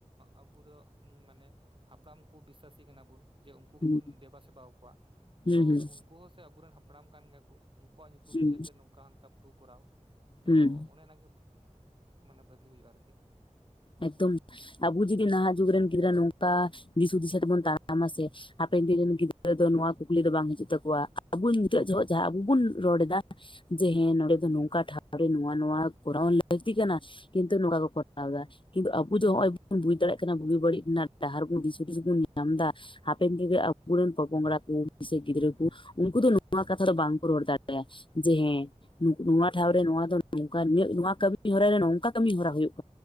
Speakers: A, on the right; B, on the left.
A: ᱟᱵᱩ ᱫᱚᱜ ᱢᱟᱱᱮ ᱦᱟᱯᱲᱟᱢ ᱠᱚ ᱵᱤᱥᱟᱹᱥᱤ ᱠᱟᱱᱟ ᱵᱚᱱ᱾ ᱡᱮ ᱩᱱᱠᱩ
B: ᱦᱩᱸ
A: ᱜᱮᱵᱚᱱ ᱫᱮᱵᱟ ᱥᱮᱵᱟ ᱠᱚᱣᱟ
B: ᱦᱩᱸ
A: ᱛᱚ ᱩᱱᱠᱩ ᱦᱚᱸ ᱥᱮ ᱟᱵᱚᱨᱮᱱ ᱦᱟᱯᱲᱟᱢ ᱠᱟᱱ ᱜᱮᱭᱟ ᱠᱚ᱾ ᱩᱱᱠᱩᱣᱟᱜ ᱧᱩᱛᱩᱢ
B: ᱦᱩᱸ
A: ᱛᱮ ᱡᱟᱛᱮ ᱱᱚᱝᱠᱟ ᱦᱟᱱᱠᱟ ᱵᱚ ᱠᱚᱨᱟᱣ ᱛᱚ
B: ᱦᱩᱸ
A: ᱚᱱᱮ ᱚᱱᱟᱜᱮ᱾ ᱢᱟᱱᱮ ᱵᱷᱟᱹᱜᱤ ᱦᱩᱭᱩ ᱟ ᱟᱨᱠᱤ᱾
B: ᱮᱠᱫᱚᱢ ᱟᱵᱚ ᱡᱩᱫᱤ ᱱᱟᱦᱟᱜ ᱡᱩᱜᱽ ᱨᱮᱱ ᱜᱤᱫᱽᱨᱟᱹ ᱱᱚᱝᱠᱟ ᱫᱤᱥ ᱦᱩᱫᱤᱥ ᱛᱮᱵᱚᱱ ᱛᱟᱲᱟᱢᱟ ᱥᱮ ᱦᱟᱯᱮᱱ ᱫᱤᱱ ᱨᱮᱱ ᱜᱤᱫᱽᱨᱟᱹ ᱫᱚ ᱱᱚᱣᱟ ᱠᱩᱠᱞᱤ ᱫᱚ ᱵᱟᱝ ᱦᱤᱡᱩᱜ ᱛᱟᱠᱚᱣᱟ ᱟᱵᱚ ᱱᱤᱛᱚᱜ ᱡᱚᱦᱚᱜ ᱡᱟᱦᱟ ᱟᱵᱚ ᱵᱚᱱ ᱨᱚᱲ ᱫᱟ ᱡᱮ ᱦᱮᱸ ᱱᱚᱸᱰᱮ ᱫᱚ ᱱᱚᱝᱠᱟ ᱴᱷᱟᱶᱨᱮ ᱱᱚᱣᱟ ᱱᱚᱣᱟ ᱠᱚᱨᱟᱣ ᱞᱟᱹᱠᱛᱤ ᱠᱟᱱᱟ? ᱠᱤᱱᱛᱩ ᱱᱚᱸᱰᱮ ᱠᱚ ᱠᱚᱨᱴᱟᱣᱫᱟ ᱠᱤᱱᱛᱩ ᱟᱵᱚ ᱫᱚ ᱦᱚᱜ ᱚᱭ ᱵᱚᱱ ᱵᱩᱡ ᱫᱟᱲᱮᱭᱟᱜ ᱠᱟᱱᱟ ᱵᱩᱜᱤ ᱵᱟᱹᱲᱤᱡ ᱨᱮᱱᱟᱜ ᱰᱟᱦᱟᱨ ᱵᱚᱱ ᱫᱤᱥ ᱦᱩᱫᱤᱥ ᱵᱚᱱ ᱧᱟᱢ ᱮᱫᱟ ᱦᱟᱯᱮᱱ ᱫᱤᱱᱨᱮᱱ ᱟᱵᱩᱨᱮᱱ ᱯᱚᱯᱚᱝᱲᱟ ᱠᱚ ᱥᱮ ᱜᱤᱫᱽᱨᱟᱹ ᱠᱚ ᱩᱱᱠᱩ ᱫᱚ ᱱᱚᱣᱟ ᱠᱟᱛᱷᱟ ᱫᱚ ᱵᱟᱝᱠᱚ ᱨᱚᱲ ᱫᱟᱲᱮᱭᱟᱜᱼᱟ ᱡᱮ ᱦᱮᱸ ᱱᱚᱣᱟ ᱴᱷᱟᱶᱨᱮ ᱱᱚᱣᱟ ᱫᱚ ᱱᱚᱝᱠᱟ ᱱᱚᱣᱟ ᱠᱟᱹᱢᱤ ᱦᱚᱲᱟᱨᱮ ᱱᱚᱝᱠᱟ ᱠᱟᱹᱢᱤ ᱦᱚᱨᱟ ᱦᱩᱭᱩᱜ